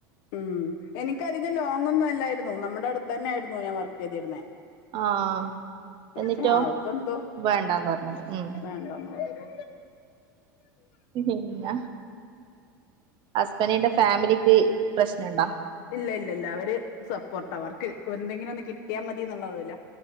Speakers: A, on the left; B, on the right.
A: ഉം എനിക്കധികം ലോങ്ങൊന്നും അല്ലായിരുന്നു നമ്മുടെ അടുത്തന്നായിരുന്നു ഞാൻ വർക്ക് ചെയ്തിരുന്നേ
B: ആഹ്
A: പക്ഷെ
B: എന്നിട്ടോ?
A: ആൾക്കെന്തോ
B: വേണ്ടാന്ന് പറഞ്ഞത് ഉം
A: വേണ്ടന്ന് പറഞ്ഞു
B: പിന്നെ ഹസ്ബഡിന്റെ ഫാമിലിക്ക് പ്രശ്നണ്ടോ?
A: ഇല്ല ഇല്ലല്ല അവര് സപ്പോർട്ടാ അവർക്ക് എന്തെങ്കിലൊന്ന് കിട്ടിയാ മതി എന്നുള്ളതില